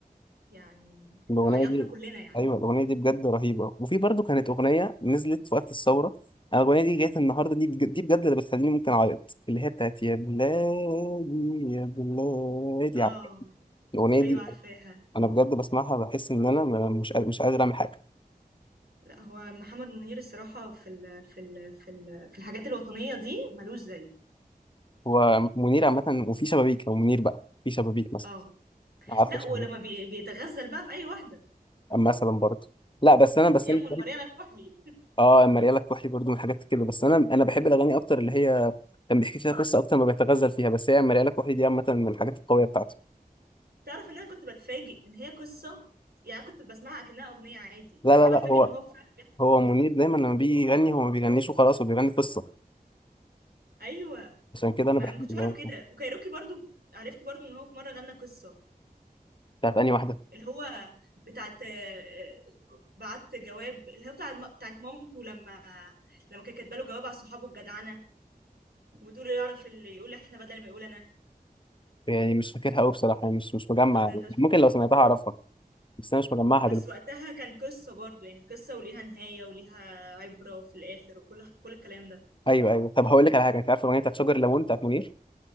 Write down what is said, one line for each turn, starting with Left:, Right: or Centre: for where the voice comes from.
Right: يعني
Left: الاغنيه
Right: عيطنا
Left: دي
Right: كلنا يعني
Left: ايوه الاغنيه دي بجد رهيبه وفي برضو كانت اغنيه نزلت في وقت الثوره انا الاغنيه دي جت النهارده دي بج- دي بجد اللي بتخليني ممكن اعيط اللي هي بتاعت يا بلادي يا بلادي
Right: اه
Left: عارفة؟ الاغنيه دي
Right: ايوه عارفاها
Left: انا بجد بسمعها بحس ان انا م- مش قادر- مش قادر اعمل حاجه
Right: لا هو محمد منير الصراحة في ال في ال في ال في الحاجات الوطنية دي ملوش زي
Left: هو منير عامه وفي شبابيك لو منير بقى في شبابيك مثلا
Right: اه
Left: عارفه
Right: لا
Left: شبابيك
Right: ولما بي- بيتغزل بقى في اي واحدة
Left: مثلا برضه لا بس انا بس
Right: يا
Left: انا
Right: ام المريالة الكحلي
Left: اه مريالة الكحلي برضو من الحاجات كده بس انا انا بحب الاغاني اكتر اللي هي كان بيحكي فيها قصه اكتر ما بيتغزل فيها بس هي مريالة الكحلي دي عامه من الحاجات القويه بتاعته
Right: تعرف ان انا كنت بتفاجئ ان هي قصة يعني كنت بسمعها كأنها اغنية عادي
Left: لا
Right: بعد كده
Left: لا لا
Right: بتفاجئ
Left: هو
Right: ان هو فعلا بيحكي
Left: هو
Right: قصة
Left: منير دايما لما بيجي يغني هو ما بيغنيش وخلاص هو بيغني قصه
Right: ايوه
Left: عشان كده انا
Right: ما
Left: بحب
Right: ما كنتش
Left: الاغاني
Right: اعرف كده
Left: بتاعته.
Right: وكايروكي برضو عرفت برضو ان هو في مرة غنى قصة
Left: بتاعت انهي واحده
Right: اللي هو بتاعت آه، آه، بعت جواب اللي هو بتاعت بتاعت مامته لما لما كانت كاتبه له جواب على صحابه الجدعنه وتقول اللي يعرف اللي يقول احنا بدل ما يقول انا
Left: يعني مش فاكرها قوي بصراحه يعني مش مش مجمع
Right: اصلا انت مش فاكرها
Left: ممكن لو سمعتها اعرفها بس انا مش مجمعها
Right: بس
Left: دلوقتي
Right: وقتها كان قصه برضو يعني قصه وليها نهايه وليها عبره في الاخر وكل كل الكلام ده
Left: ايوه ايوه طب هقول لك على حاجه انت عارف الاغنيه بتاعت شجر الليمون بتاعت منير